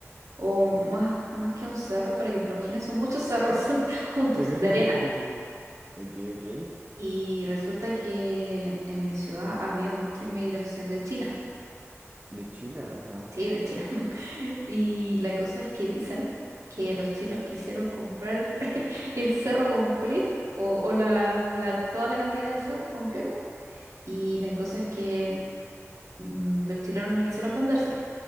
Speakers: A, on the right (about 80°); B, on the right (about 30°).
A: O más, más que un cerro, para que te lo imagines, son muchos cerros <laughs> juntos,
B: <laughs>
A: de arena.
B: Ok, ok.
A: Y resulta que en mi ciudad había mucha inmigración de China.
B: De China, ajá.
A: Sí, de China. <laughs> Y la cosa es que dicen que los chinos quisieron comprar <laughs> el cerro completo o, o la, la- toda la cantidad de cerros completos. Y la cosa es que mm, los chilenos
B: Ajá,
A: no quisieron vendérselo.